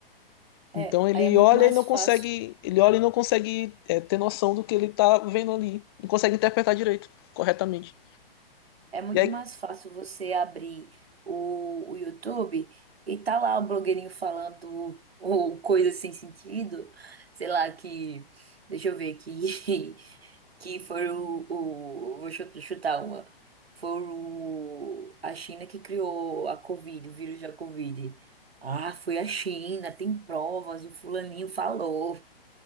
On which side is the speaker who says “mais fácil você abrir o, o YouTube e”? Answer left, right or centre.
Right